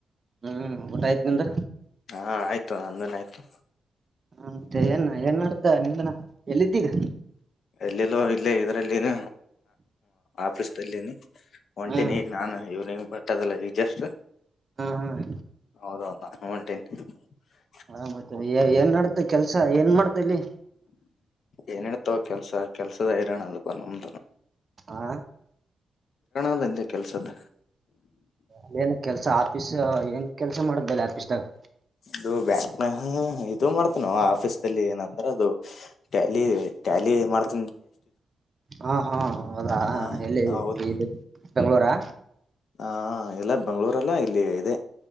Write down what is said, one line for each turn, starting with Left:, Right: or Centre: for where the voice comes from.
Right: ಹ್ಮ್ ಊಟ ಆಯ್ತ ನಿಂದ
Left: ಹಾ ಆಯ್ತು ಆಮೇಲೆ ಆಯ್ತು
Right: ಮತ್ತೆ ಏನ್ ಏನ್ ನಡ್ದ ನಿಂದನ ಎಲ್ಲಿದ್ದೀಗ
Left: ಎಲ್ಲೆಲ್ಲೋ ಇಲ್ಲೇ ನ ಆಫೀಸ್ ಅಲ್ಲಿನಿ ಒಂಟೆನ್
Right: ಹ್ಮ್
Left: ಈಗ ನಾನು ಇವ್ನ ಬಟ್ಟದಲ್ಲ ಜಷ್ಟ
Right: ಹ್ಮ್ ಹ್ಮ್
Left: ಹೌದೌದಾ ನ ಒಂಟನಿ ಹ <inaudible>
Right: ಹ ಮತ್ತ ಏನ್ ನಡೆದದ್ದೇ ಕೆಲಸ ಏನ್ ಮಾಡತ ಇಲ್ಲಿ
Left: ಏನ್ ಹಳ್ತಾವ ಕೆಲ್ಸ ಕೆಲ್ಸದ ಹೈರಾಣ ಅದು ಬ ನಮ್ದನ
Right: ಆ
Left: ಅದಂದೆ ಕೆಲ್ಸದ
Right: ಅಏನ್ ಕೆಲ್ಸ ಆಫೀಸ್ ಏನ್ ಕೆಲ್ಸ ಕೆಸ ಮಾಡ್ದೇಲ್ಲ ಆಫೀಸ್ ದಾಗ್
Left: ಇದು ಬ್ಯಾಂಕ್ನ ಇದು ಮಾಡ್ತ ನಾವು ಆಫೀಸಲ್ಲಿ ಏನಂದ್ರ ಅದು ಟ್ಯಾಲಿ ಟ್ಯಾಲಿ ಮಾಡ್ತ
Right: ಹಾ ಹಾ ಹೌದಾ
Left: ಹ
Right: ಎಲ್ಲಿ
Left: ಹೌದು
Right: ಇದು ಬೆಂಗಳೂರು
Left: ಹ ಎಲ್ಲ ಬೆಂಗಳೂರ ಅಲ್ಲಾ ಇಲ್ಲಿ ಇದೆ